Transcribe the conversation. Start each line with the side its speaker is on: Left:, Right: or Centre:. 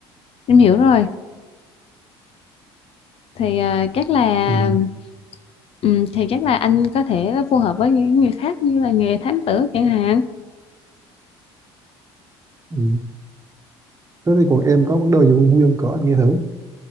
Left: em hiểu rồi. Thì à, chắc là
Right: ừ,
Left: ừm, thì chắc là anh có thể phù hợp với những người khác như là nghề thám tử chẳng hạn.
Right: ừ. thế thì còn em có vấn đề gì vui vui không cỡ anh nghe thử